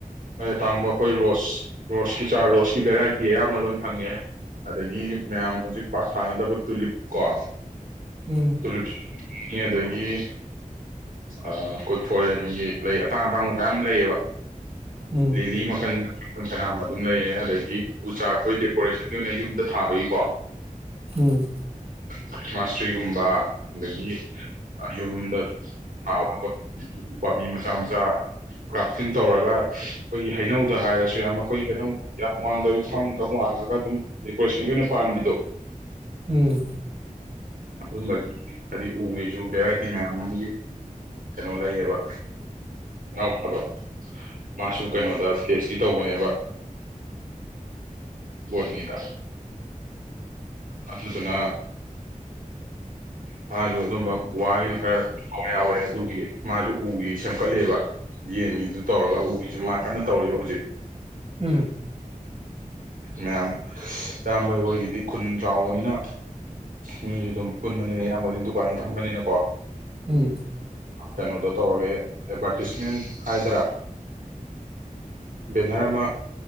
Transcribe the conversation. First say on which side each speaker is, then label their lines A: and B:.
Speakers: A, on the right (about 80°); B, on the right (about 45°).
A: ꯃꯅ ꯇꯥꯡꯕ ꯑꯩꯈꯣꯏ ꯔꯣꯁ ꯔꯣꯁꯀꯤ ꯆꯥꯔ ꯔꯣꯁꯀꯤ ꯚꯦꯔꯥꯏꯇꯤ ꯑꯌꯥꯝꯕ ꯂꯣꯏ ꯐꯪꯉꯦ ꯑꯗꯒꯤ ꯃꯌꯥꯝ ꯍꯧꯖꯤꯛ ꯁꯥꯟꯅꯗꯕ ꯇꯨꯂꯤꯞ ꯀꯣ
B: ꯎꯝ
A: ꯇꯅ ꯌꯦ ꯑꯗꯨꯗꯒꯤ ꯑꯩꯈꯣꯏ ꯐꯣꯔꯦꯟꯒꯤ ꯂꯩ ꯑꯇꯥꯡ ꯑꯇꯥꯡꯕ ꯃꯌꯥꯝ ꯂꯩꯌꯦꯕ
B: ꯎꯝ
A: ꯂꯦꯂꯤ ꯃꯀꯟ ꯀꯅꯥ ꯑꯃ ꯑꯗꯨꯝ ꯂꯩꯌꯦ ꯑꯗꯒꯤ ꯎ ꯆꯥ ꯑꯩꯈꯣꯏ ꯗꯦꯀꯣꯔꯦꯁꯟꯒꯤ ꯑꯣꯏꯅ ꯌꯨꯝꯗ ꯊꯥꯕꯒꯤ
B: ꯎꯝ
A: ꯈ꯭ꯔꯤꯁꯃꯥꯁ ꯇ꯭ꯔꯤꯒꯨꯝꯕ ꯑꯗꯒꯤ ꯌꯨꯝꯗ ꯊꯥꯕꯣꯐ ꯄꯥꯝꯕꯤ ꯃꯆꯥ ꯃꯆꯥ ꯀ꯭ꯔꯥꯐꯇꯤꯡ ꯇꯧꯔꯒ ꯑꯩꯈꯣꯏꯒꯤ ꯍꯩꯅꯧꯗ ꯍꯥꯏꯔꯁꯨ ꯌꯥꯝ ꯑꯩꯈꯣꯏ ꯍꯩꯅꯧ ꯌꯥꯝ ꯋꯥꯡꯗꯕꯤ ꯊꯥꯎꯇꯪ ꯋꯥꯡꯉꯒ ꯑꯗꯨꯝ ꯗꯦꯀꯣꯔꯦꯁꯟꯒꯤ ꯑꯣꯏꯅ ꯄꯕꯤꯗꯣ
B: ꯎꯝ
A: ꯑꯗꯨꯝꯕꯒꯤ ꯍꯥꯏꯗꯤ ꯎꯒꯤꯁꯨ ꯚꯦꯔꯥꯏꯇꯤ ꯃꯌꯥꯝ ꯑꯃꯒꯤ ꯀꯩꯅꯣ ꯂꯩꯌꯦꯕ ꯉꯥꯎꯄꯥꯗꯣ ꯃꯥꯁꯨ ꯀꯩꯅꯣꯗ ꯄꯤ ꯑꯩꯩꯆ ꯗꯤ ꯇꯧꯕꯅꯦꯕ ꯕꯣꯔꯠꯅꯤꯗ ꯑꯗꯨꯗꯨꯅ <unintelligible> ꯌꯥꯎꯋꯦ ꯑꯗꯨꯒꯤ ꯃꯥꯁꯨ ꯎꯒꯤ ꯁꯦꯝꯒꯠꯂꯦꯕ ꯌꯦꯟꯒꯤꯗꯨ ꯇꯧꯔꯒ ꯎꯒꯤꯁꯨ ꯃꯥ ꯀꯟꯅ ꯇꯧꯔꯤꯕ ꯍꯧꯖꯤꯛ꯫ <inaudible>
B: ꯎꯝ
A: ꯃꯌꯥꯝ ꯏꯌꯥꯝꯕ ꯑꯩꯈꯣꯏꯒꯤꯗꯤ ꯈꯨꯟ ꯆꯥꯎꯕꯅꯤꯅ ꯃꯤꯁꯨ ꯑꯗꯨꯝ ꯄꯨꯟꯕꯅꯤꯅ ꯏꯌꯥꯝꯕꯗꯤ ꯗꯨꯀꯥꯟꯁꯨ ꯐꯟꯕꯅꯤꯅꯀꯣ
B: ꯎꯝ꯫
A: ꯀꯩꯅꯣꯗꯣ ꯇꯧꯔꯒꯦ ꯑꯦꯚꯔꯇꯤꯁꯃꯦꯟ ꯍꯥꯏꯗ꯭ꯔꯥ ꯕꯦꯅꯔ ꯑꯃ